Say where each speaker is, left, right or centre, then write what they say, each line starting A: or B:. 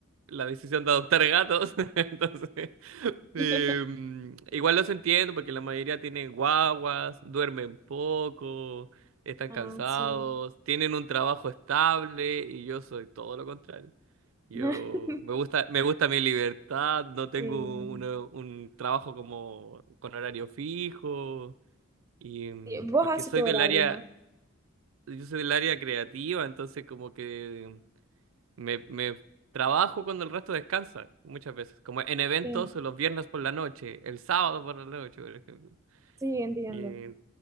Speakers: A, on the right; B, on the right.
A: la decisión de adoptar gatos. <laughs> Entonces, eh,
B: <laughs>
A: mm, igual los entiendo porque la mayoría tienen guaguas, duermen poco, están
B: Ah,
A: cansados,
B: sí.
A: tienen un trabajo estable, y yo soy todo lo contrario. Yo
B: <laughs>
A: me gusta, me gusta mi libertad, no tengo
B: Sí.
A: una- un trabajo como con horario fijo y mm,
B: Sí, Vos
A: porque
B: haces
A: soy
B: tu horario,
A: del área,
B: ¿no?
A: yo soy del área creativa, entonces como que me, me trabajo cuando el resto descansa muchas veces, como en eventos
B: Sí.
A: los viernes por la noche, el sábado por la noche, por ejemplo.
B: Sí, entiendo.
A: Y